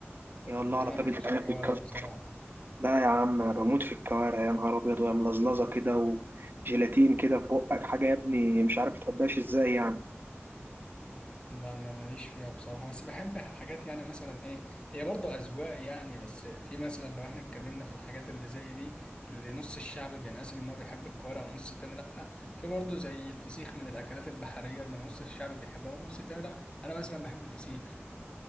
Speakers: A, on the right; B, on the left.
A: يا
B: مم.
A: الله على
B: انا
A: طاجن
B: ما بحبش
A: عنب
B: الكوارع
A: بالكوارع
B: بصراحه
A: لا يا عم انا بموت في الكوارع يا نهار ابيض وهي ملزلزه كده وجيلاتين كده في بقك حاجه يا ابني مش عارف تحبهاش ازاي يعني
B: لا ما- ماليش فيها بصراحه بس بحب حاجات يعني مثلا ايه هي برضه اذواق يعني بس في مثلا لو احنا اتكلمنا في الحاجات اللي زي دي اللي نص الشعب بينقسم ان هو بيحب الكوارع والنص التاني لا في برضه زي الفسيخ من الاكلات البحريه اللي نص الشعب بيحبها والنص التاني لا انا مثلا بحب الفسيخ